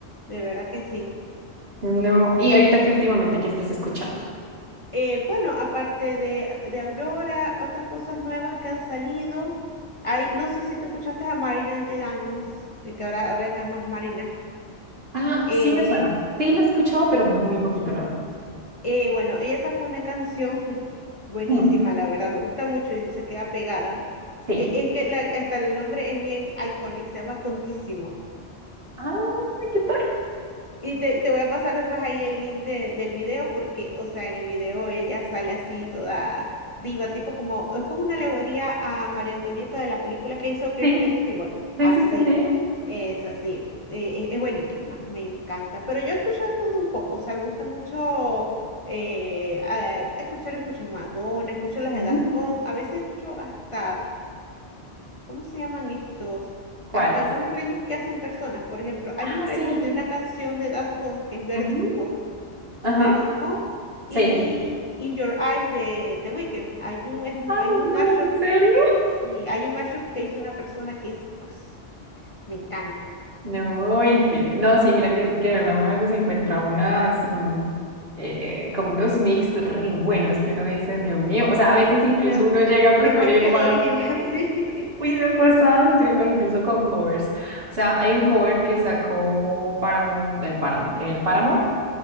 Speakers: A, on the left; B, on the right.
A: de verdad que sí.
B: No, y ahorita que últimamente, ¿qué estás escuchando?
A: Eh, bueno, aparte de, de Aurora, otras cosas nuevas que han salido. Hay, no sé si tú escuchaste a Marina Ante Diamonds, eh, que ahora, ahora es nada más Marina.
B: Ah,
A: Eh,
B: sí me suena. Sí lo he escuchado, pero muy poquito, la verdad.
A: eh, bueno, ella sacó una canción <laughs> buenísima,
B: Mm,
A: la verdad, me gusta mucho y se queda pegada.
B: Sí.
A: Eh, es que la- hasta el nombre es bien icónico, se llama Contísimo.
B: Ah, ¿qué tal?
A: Y te, te voy a pasar después ahí el link de- del video porque, o sea, en el video ella sale así toda diva, tipo como, es como una alegoría a María Antonieta de la película que hizo Kristen
B: Sí,
A: Stewart.
B: sí,
A: Así,
B: sí, sí, sí.
A: es así, eh, es, es buenísima, me encanta. Pero yo he escuchado todo un poco, o sea, me gusta mucho eh, ah, escuchar, escucho Madonna, escucho las
B: Ujú.
A: de Daft Punk, a veces escucho hasta ¿cómo se llaman estos?
B: ¿Cuáles?
A: Hasta algunos remix que hacen personas. Por ejemplo, hay
B: Ah,
A: un remix
B: sí.
A: de una canción de Daft Punk que es Verdis
B: Ujú.
A: Quo,
B: Ajá.
A: Verdis Quo
B: Sí,
A: y
B: sí.
A: In Your Eyes de The Weeknd. Hay un, es-
B: Ay,
A: hay un
B: no,
A: mashup,
B: ¿en serio?
A: sí, hay un mashup que hizo una persona que es, ps, me encanta.
B: No, increíble. No, sí, mira que, que de verdad uno a veces encuentra unas, mm, eh, eh, como unos mix re buenos que uno dice, Dios mío, o sea, a veces incluso
A: Me-
B: uno llega a preferir
A: mejor que
B: más.
A: el original,
B: Ay,
A: <laughs> sí.
B: sí. Uy, me ha pasado increíble, o incluso con covers. O sea, hay un cover que sacó Paramount, eh, Paramount, eh, Paramore,